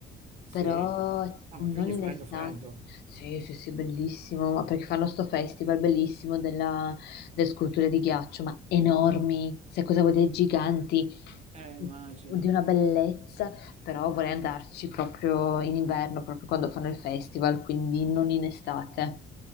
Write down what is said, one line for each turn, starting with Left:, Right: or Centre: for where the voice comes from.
Right: Sì.
Left: però
Right: Ah,
Left: non
Right: ma quindi
Left: in
Right: freddo,
Left: estate.
Right: freddo.
Left: Sì, sì, sì, bellissimo, ma perché fanno sto festival bellissimo della, delle sculture di ghiaccio, ma enormi, sai cosa vuol dire giganti,
Right: Eh, immagino.
Left: mm, di una bellezza, però vorrei andarci proprio in inverno, proprio quando fanno il festival, quindi non in estate.